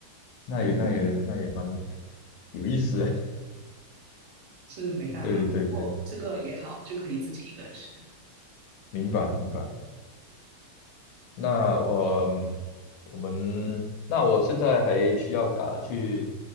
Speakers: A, on the left; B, on the right.
A: 那也那也那也蛮有意思的
B: 是没办法。
A: <laughs> 对对对，
B: 不过这个也好，就可以自己一个人吃。
A: 明白明白。那呃，嗯我们那我现在还需要啊、去